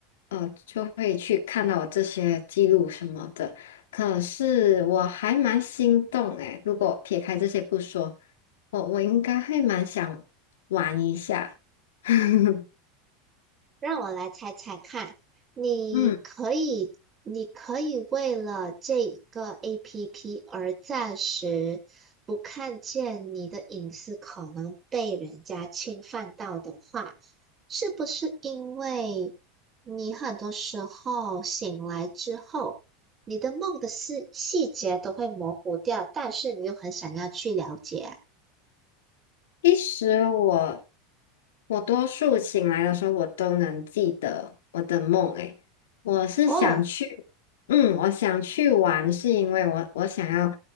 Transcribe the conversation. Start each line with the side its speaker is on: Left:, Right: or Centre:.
Left: 呃就会去看到我这些记录什么的。可是我还蛮心动诶，如果撇开这些不说，我我应该会蛮想玩一下。<laughs>
Right: 让我来猜猜看，你可以，
Left: 嗯。
Right: 你可以为了这一个 APP 而暂时不看见你的隐私可能被人家侵犯到的话，是不是因为你很多时候醒来之后，你的梦的细细节都会模糊掉，但是你又很想要去了解啊？
Left: 其实我我多数醒来的时候，我都能记得我的梦。诶，我是想去，
Right: 哦，
Left: 嗯，我想去玩，是因为我我想要